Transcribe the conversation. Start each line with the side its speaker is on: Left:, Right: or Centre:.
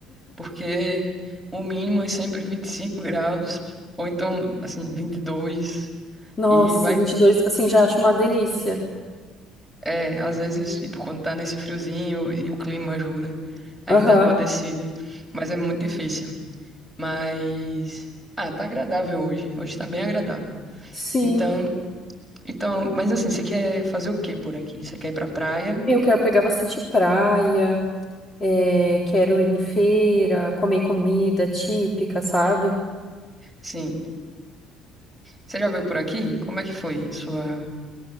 Centre: porque o mínimo é sempre 25 graus, ou então, assim, 22
Left: Nossa,
Centre: e vai
Left: 22. assim, já acho uma delícia.
Centre: É, às vezes, tipo, quando tá nesse friozinho e o clima ajuda, aí
Left: Aham.
Centre: dá uma descida. Mas é muito difícil. Mas. Ah, tá agradável hoje. Hoje tá bem agradável.
Left: Sim,
Centre: Então, então, mas assim, você quer fazer o quê por aqui? Você quer ir pra praia?
Left: eu quero pegar bastante praia, é, quero ir em feira, comer comida típica, sabe?
Centre: Sim. Você já veio por aqui? Como é que foi a sua,